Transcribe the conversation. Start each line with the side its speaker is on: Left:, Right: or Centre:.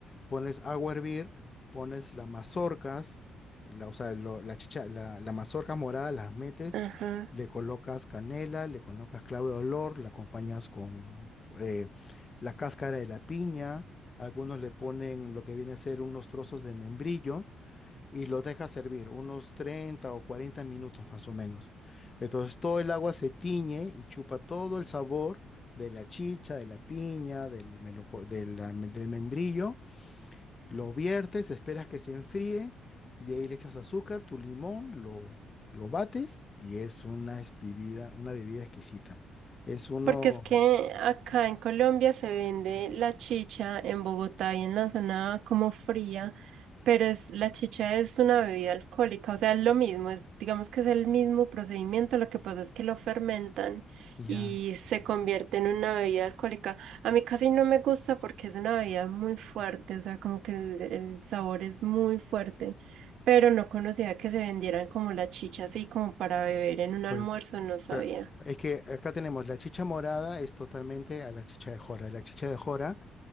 Left: pones agua a hervir, pones las mazorcas, la, o sea, lo- la chicha, la, la mazorca morada las metes,
Right: ajá.
Left: le colocas canela, le colocas clavo de olor, la acompañas con eh, la cáscara de la piña, algunos le ponen lo que viene a ser unos trozos de membrillo y lo dejas servir unos 30 o 40 minutos más o menos. Entonces todo el agua se tiñe y chupa todo el sabor de la chicha, de la piña, del, meloco- de la- del membrillo. Lo viertes, esperas que se enfríe y de ahí le echas azúcar, tu limón, lo, lo bates y es una es- bebida, una bebida exquisita. Es uno,
Right: Porque es que acá en Colombia se vende la chicha en Bogotá y en la zona como fría, pero es, la chicha es una bebida alcohólica, o sea, es lo mismo, es, digamos que es el mismo procedimiento, lo que pasa es que lo fermentan
Left: ya,
Right: y se convierte en una bebida alcohólica. A mí casi no me gusta porque es una bebida muy fuerte, o sea, como que el, el sabor es muy fuerte, pero no conocía que se vendieran como la chicha así como para beber en un
Left: pues...
Right: almuerzo,
Left: o
Right: no sabía.
Left: sea, Es que acá tenemos la chicha morada, es totalmente a la chicha de jora. La chicha de jora